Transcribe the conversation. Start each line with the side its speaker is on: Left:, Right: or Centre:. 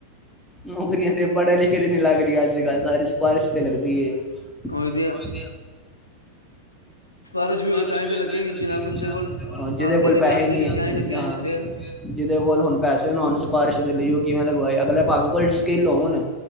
Centre: ਨੌਕਰੀਆਂ ਤੇ ਪੜ੍ਹੇ ਲਿਖੇ, ਤੇ ਨੀ ਲੱਗ ਰਹੀ ਅੱਜ-ਕੱਲ ਸ ਸਿਫਾਰਸ਼ ਤੇ ਲੱਗਦੀ ਐ।
Left: ਹੋਈ ਦੇ,
Centre: ਵਧੀਆ,
Left: ਸਿਫਾਰਸ਼
Centre: ਸਾਰਸ਼
Left: ਹੋਈ
Centre: ਵੀ
Left: ਤੇ
Centre: ਹੋਏ ਤਾਂ ਹੀ
Left: ਜਿਨਾ
Centre: ਲੱਗੇਗੀ,
Left: ਬੰਦੇ
Centre: ਜੀ
Left: ਕੋਲ
Centre: ਬੰਦਾ ਜਿਹਦੇ
Left: ਆਂਦੇ
Centre: ਕੋਲ ਪੈਸੇ
Left: ਜਾਂਦੇ
Centre: ਨੀ ਆਦੇ,
Left: ਕਿਆ ਹੀ ਲੱਗੇ ਫੇਰ
Centre: ਜਿਹਦੇ ਕੋਲ ਹੁਣ ਪੈਸੇ ਨਾਲ ਸਿਫਾਰਿਸ਼ ਦੇ ਲਈ ਉਹ ਕਿਵੇਂ, ਲਗਵਾਏ ਅਗਲੇ ਪਾਵੇ ਕੋਲ ਸਕਿੱਲੋ ਹੋਣ